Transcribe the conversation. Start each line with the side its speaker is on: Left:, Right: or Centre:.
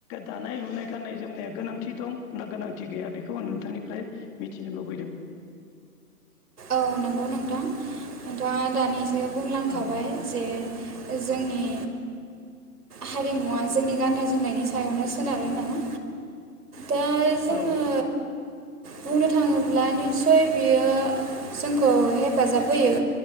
Left: दानाय लुनाय गाननाय जोमनाया गोनांथि दं ना गोनांथि गैया बेखौ आं नोंथांनिफ्राय मिथिनो लुबैदों।
Right: औ नंगौ नोंथां नोंथाङा दानिस सो बुंलांखाबाय
Left: औ
Right: जे जोंनि हारिमुवा जोंनि गाननाय जोमनायनि सायावनो सोनारो होनना। दा जोङो
Left: औ
Right: बुंनो थाङोब्ला निस्सय बियो जोंखौ हेफाजाब होयो।